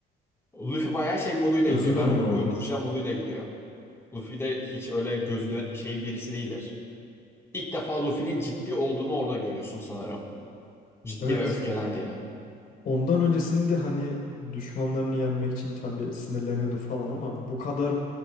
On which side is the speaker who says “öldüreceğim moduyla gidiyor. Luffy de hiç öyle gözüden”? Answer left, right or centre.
Left